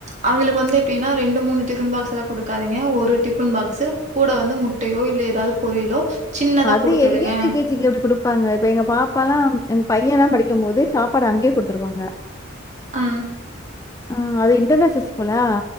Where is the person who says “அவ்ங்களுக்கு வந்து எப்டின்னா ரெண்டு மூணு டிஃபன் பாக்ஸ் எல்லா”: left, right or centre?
Right